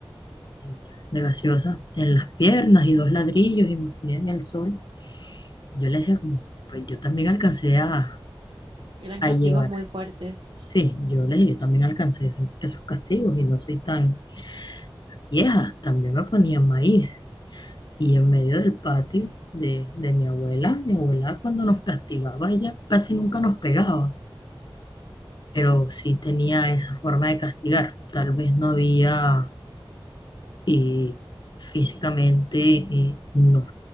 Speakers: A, on the left (about 50°); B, on the right (about 70°).
A: eh, de gaseosa en las piernas y dos ladrillos y me ponían en el sol. Yo les decía, como, pues yo también alcancé a,
B: eran
A: a
B: castigos
A: llevar.
B: muy fuertes.
A: Sí, yo les dije, yo también alcancé ese- esos castigos y no soy tan vieja. También me ponían maíz. Y en medio del patio de, de mi abuela, mi abuela cuando nos castigaba, ella casi nunca nos pegaba pero sí tenía esa forma de castigar. Tal vez no había eh, físicamente eh, nos,